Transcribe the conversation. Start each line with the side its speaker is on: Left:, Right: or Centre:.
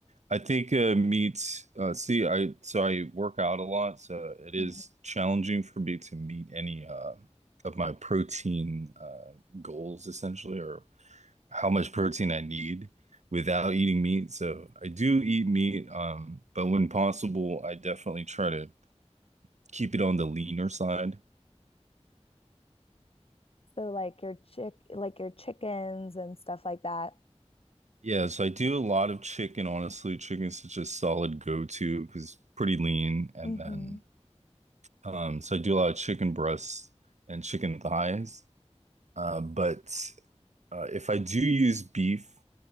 Right: I think uh, meat. Uh, see, I so I work out a lot, so it is
Left: Mhm.
Right: challenging for me to meet any uh, of my protein uh, goals, essentially, or how much protein I need without eating meat. So I do eat meat, um, but when possible, I definitely try to keep it on the leaner side.
Left: so like your chick like your chickens and stuff like that?
Right: Yes, I do a lot of chicken, honestly. Chicken's such a solid go-to because it's pretty lean. And
Left: Mm-hmm.
Right: then, um, so I do a lot of chicken breasts and chicken thighs. Uh, but uh, if I do use beef,